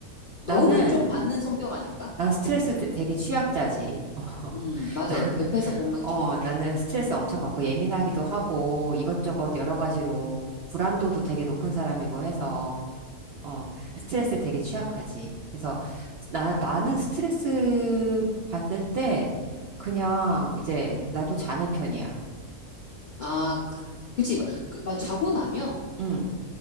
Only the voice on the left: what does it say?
너는
좀 받는 성격 아닌가?
음, 맞아.
옆에서 보면
좀 그래.
아, 그치. 막, 그, 막 자고 나면